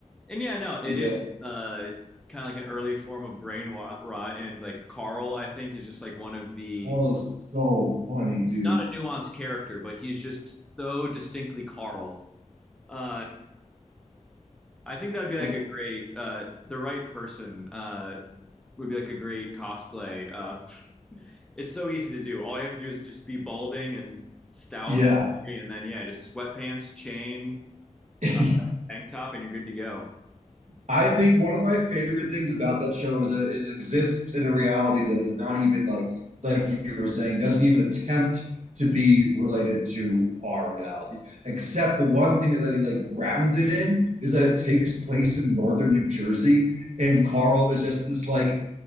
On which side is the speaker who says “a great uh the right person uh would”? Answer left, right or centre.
Centre